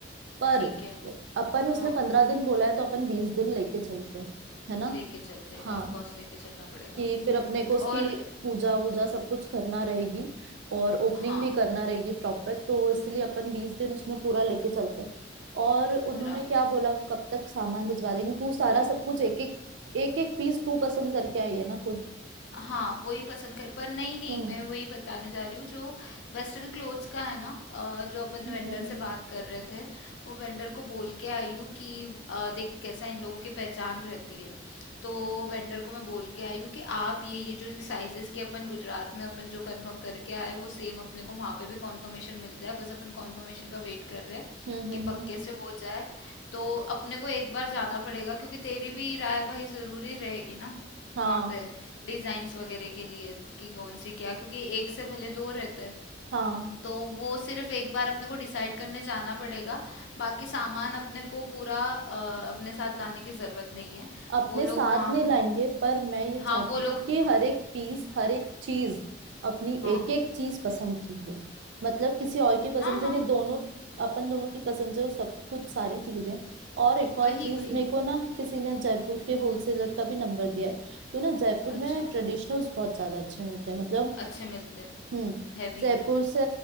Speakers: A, on the right; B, on the left.
A: पर
B: ठीक है
A: अपन उसने
B: हाँ
A: पंद्रह दिन बोला है तो अपन बीस दिन लेके चलते हैं है ना
B: लेके चलते
A: हाँ
B: ऑफ कोर्स लेके चलना पड़ेगा
A: कि
B: वो
A: फिर अपने को उसकी
B: और
A: पूजा वूजा सब कुछ करना रहेगी और ओपनिंग
B: हाँ
A: भी करना रहेगी प्रॉपर तो इसलिए अपन बीस दिन उसमें पूरा लेके चलते हैं और उन्होंने
B: बराबर
A: क्या
B: है
A: बोला वो कब तक सामान भिजवा देंगे तू सारा सब कुछ एक एक एक एक पीस तू पसंद करके आई है ना खुद
B: हाँ, वही पसंद कर पर नहीं-नहीं
A: हम्म
B: मैं वही बताने जा रही हूँ जो वेस्टर्न क्लोथ्स का है ना अ, जो अपन
A: हम्म
B: वेंडर
A: हम्म
B: से बात कर रहे थे, वो वेंडर को बोल के आई हूँ कि अ, देख कैसा इन लोगों की पहचान रहती है। तो वेंडर को मैं बोल के आई हूँ कि आप ये ये जो साइजेस के अपन गुजरात में अपन जो कंफर्म करके आए वो सेम अपने को वहाँ पे भी कंफर्मेशन मिल जाए बस अपन कंफर्मेशन का वेट कर रहे हैं
A: हम्म
B: कि
A: हम्म हम्म,
B: पक्के
A: हम्म।
B: से हो जाए तो अपने को एक बार जाना पड़ेगा क्योंकि तेरी भी राय भाई ज़रूरी रहेगी ना
A: हाँ
B: वहाँ पे डिजाइन्स वगैरह के लिए कि कौन सी क्या क्योंकि एक से भले दो रहते हैं
A: हाँ
B: तो वो सिर्फ एक बार अपने को डिसाइड करने जाना पड़ेगा बाकी सामान अपने को पूरा अ, अपने साथ लाने की जरूरत नहीं है
A: अपने
B: वो
A: साथ
B: लोग वहाँ
A: नहीं लाएंगे पर मैं ये
B: हाँ
A: चाहती
B: वो लोग
A: हूँ कि हर एक पीस हर एक चीज अपनी
B: हाँ
A: एक एक चीज पसंद की हो मतलब किसी और की पसंद
B: हाँ
A: से
B: हाँ
A: नहीं दोनों अपन दोनों की पसंद से हो सब कुछ सारी चीजें और एक और
B: वही
A: चीज
B: वही
A: मेरे को ना किसी ने जयपुर के होलसेलर का भी नंबर दिया है तो ना जयपुर
B: अच्छा
A: में ट्रेडिशनल्स बहुत ज्यादा अच्छे मिलते हैं मतलब
B: अच्छे मिलते हैं
A: हम्म
B: हैवी
A: जयपुर से